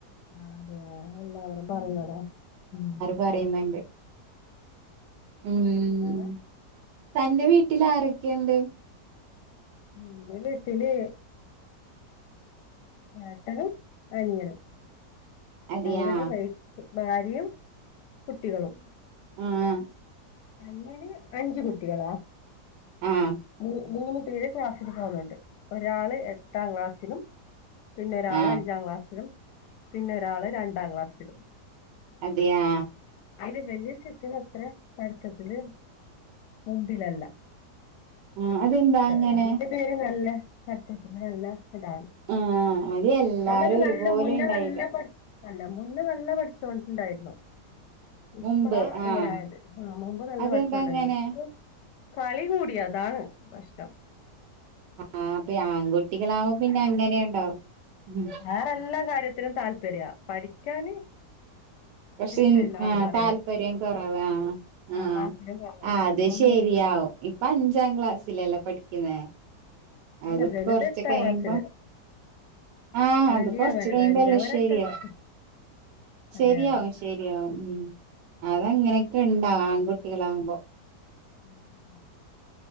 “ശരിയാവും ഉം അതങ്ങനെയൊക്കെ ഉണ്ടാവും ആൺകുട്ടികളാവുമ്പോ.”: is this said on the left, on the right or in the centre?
Right